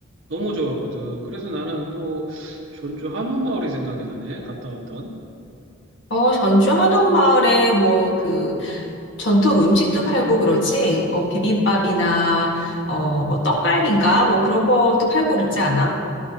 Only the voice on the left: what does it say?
어, 전주 한옥마을에 뭐 그 전통 음식도 팔고 그러지? 뭐 비빔밥이나 어, 뭐 떡갈비인가? 뭐 그런 것도 팔고 그러지 않아?